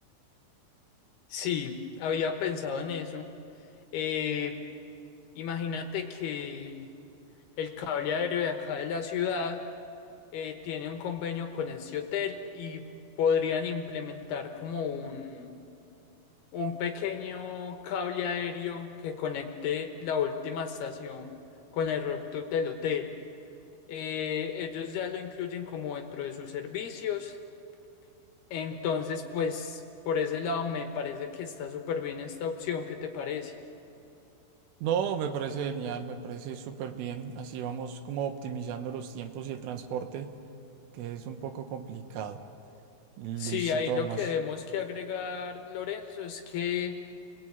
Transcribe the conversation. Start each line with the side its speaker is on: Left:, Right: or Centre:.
Left: sí, había pensado en eso. Eh, imagínate que el cable aéreo de acá de la ciudad eh, tiene un convenio con ese hotel y podrían implementar como un, un pequeño cable aéreo que conecte la última estación con el rooftop del hotel. Eh, ellos ya lo incluyen como dentro de sus servicios. Entonces, pues por ese lado me parece que está súper bien esta opción. ¿Qué te parece?
Right: No, me parece genial, me parece súper bien. Así vamos como optimizando los tiempos y el transporte, que es un poco complicado. Listo,
Left: Sí, ahí
Right: Tomás.
Left: lo que debemos que agregar, Lorenzo, es que